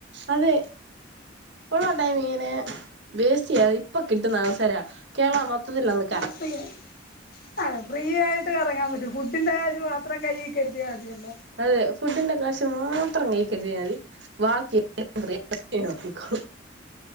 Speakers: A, on the right (about 60°); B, on the left (about 50°).
A: അതെ ഒള്ള ടൈം ഇങ്ങനെ വേസ്റ്റ്ചെയ്യാതെ ഇപ്പ കിട്ടുന്ന അവസരാ കേരളം മൊത്തത്തിലൊന്ന്
B: <unintelligible> അതെ ഫ്രീയായിട്ട് കറങ്ങാൻ പറ്റും ഫുണ്ടിന്റെ കാര്യ ന്റെ മാത്രം കയ്യി കരുതിയാ മതിയല്ലോ
A: അതെ ഫുഡിന്റെകാശ് മാത്രം കൈ കരുതിയാമതി ബാക്കി എല്ലാം ഫ്രീ <unintelligible> നോക്കിക്കോളും